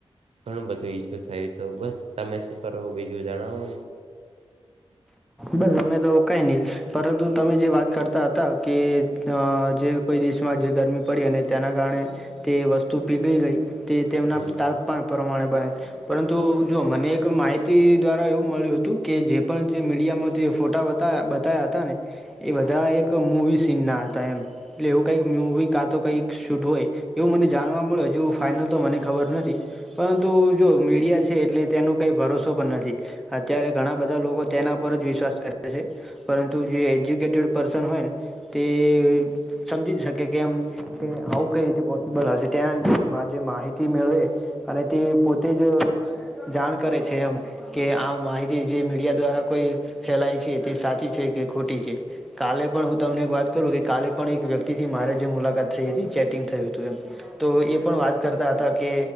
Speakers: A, on the right; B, in the centre.
A: ઘણું બધું ઈસ્યુ થયું તો. બસ તમે શું કરો બીજું જણાવો.
B: બસ અમે તો કઈ નહી પરંતુ તમે જે વાત કરતા હતા કે અ જે કોઈ દેશ માં જે ગરમી પડી અને તેના કારણે તે વસ્તુ પીગળી ગઈ તે તેમના
A: હા
B: તાપમાં પ્રમાણે બને. પરંતુ જો મને એક માહિતી દ્વારા એવું મળ્યું હતું કે જે પણ જે મી મીડિયામાં જે ફોટા બતાયા બતાયા હતા ને એ બધા એક મૂવી સીન ના હતા એમ. એટલે એવું કઈક મુવી કા તો કઈક શૂટ હોય. એવું મને જાણવા મળ્યું હજુ ફાાઈનલ તો મને ખબર નથી. પરંતુ જો મીડિયા છે એટલે તેનો કઈ ભરોસો પણ નથી. અત્યારે ઘણા બધા લોકો તેના ઉપર જ વિશ્વાસ કરે છે, પરંતુ જે એજ્યુકેટેડ પર્સન હોય ને તે સમજી જ શકે કેમ કે આવું કઈ રીતે પોસિબલ હશે તેના જે માહિતી મેળવે. અને તે પોતે જ જાણ કરે છે એમ. કે આ માહિતી જે મીડિયા દ્વારા કોઈ ફેલાય છે તે સાચી છે કે ખોટી છે. કાલે પણ હું તમને એક વાત કરું કે કાલે પણ એક વ્યક્તિ થી મારે જે મુલાકાત થઈ હતી. ચેટિંગ થયું હતું એમ. તો એ પણ વાત કરતા હતા કે